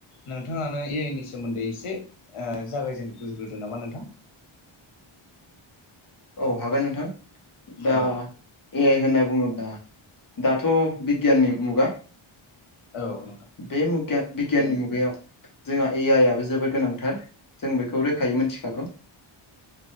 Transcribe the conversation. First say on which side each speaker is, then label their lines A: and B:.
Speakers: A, on the left; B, on the left.
A: नोंथाङानो ए आइ नि सोमोन्दै एसे ओ जागायजेनग्रोदो नामा नोंथां
B: औ हागोन नोंथां दा
A: औ
B: ए आइ होनना बुङोब्ला दाथ' बिगियाननि मुगा
A: औ
B: बे मुग बिगियाननि मुगायाव जोंहा ए आइ आबो जोबोद गोनांथार जों बेखौ रोखायै मिथिखागौ